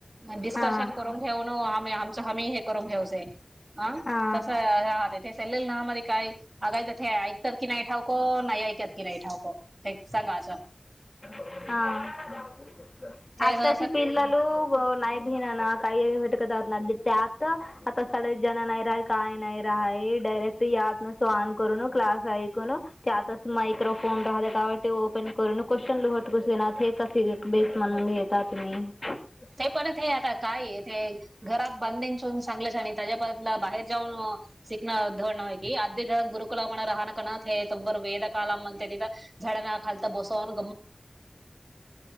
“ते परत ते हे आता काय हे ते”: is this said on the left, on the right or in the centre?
Right